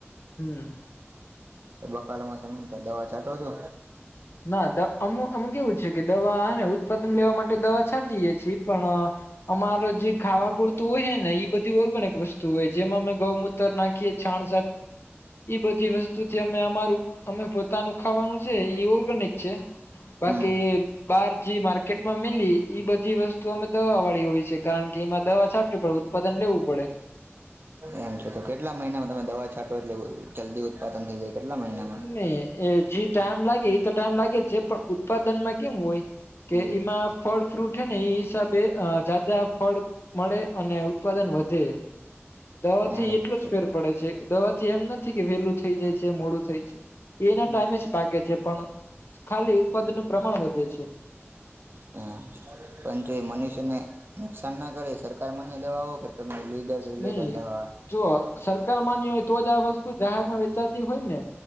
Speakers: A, on the left; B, on the right.
A: હમ
B: બકાાલમાં સમ તો દવા છાંટો છો
A: ના અમુ અમ કેવું છે કે દવાને ઉત્પાદન લેવા માટે દવા છાટીએે છીએ પણ અમારો જે ખાવા પૂરતું હોય છે ને એ બધી ઓર્ગેનિક વસ્તુ હોય જેમાં અમે ગૌમૂત્ર નાખીએ છાણ બધી વસ્તુથી અમે અમારું અમે પોતાનું ખાવાનું છે એ નીક છે બાકી
B: હમ
A: બાર જે માર્કેટમાં મેિલી એઈ બધી વસ્તુ અમે દવા વાળી હોય છે કારણ કે જેમાં દવા છાટ પડે ઉત્પાદન લેવું પડે
B: એમ છે તો કેટલા મહિનામાં તમે દવા છાંટો એટલે જલ્દી ઉત્પાદન થઈ જાય કેટલા મહિનામાં
A: ને એ જે ટાઈમ લાગે એ તો ટાઈમ લાગે જ છે પણ ઉત્પાદન માં કેમ હોય કે
B: હમ
A: એમાં ફળ ફ્રૂટ છે ને એ હિસાબે જાદા ફળ મળે અને ઉત્પાદન વધે દવા થી
B: એમ
A: એટલો
B: છે
A: જ ફેર પડે છે દવા થી એમ નથી કે વેલું થઈ જાય છે મોડું થઈાય એના ટાઈમે
B: હમ
A: જ પાકે છે પણ ખાલી ઉત્પાદન નું પ્રમાણ વધે છે
B: હ પરંતુ એ મનુષ્યને નુકસાન ના કરે સરકાર મને લેવાવો કે તોમે લલીગઢ વિલે
A: નહી
B: કા હો હતા
A: જો સરકાર માન્ય હોય તો જ આ વસ્તુ જાહેર માં વેચાતી હોય ને